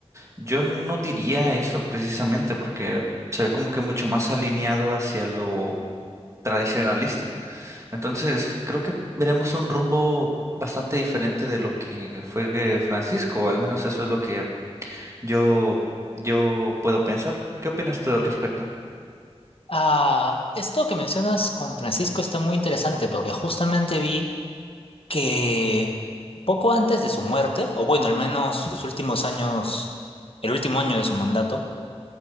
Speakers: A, on the right; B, on the left.
A: yo no diría eso precisamente, porque se ve como que mucho más alineado hacia lo tradicionalista. Entonces, creo que veremos un rumbo bastante diferente de lo que fue Francisco, o al menos eso es lo que yo, yo puedo pensar. ¿Qué opinas tú al respecto?
B: Ah, esto que mencionas con Francisco está muy interesante porque justamente vi que poco antes de su muerte, o bueno, al menos los últimos años, el último año de su mandato,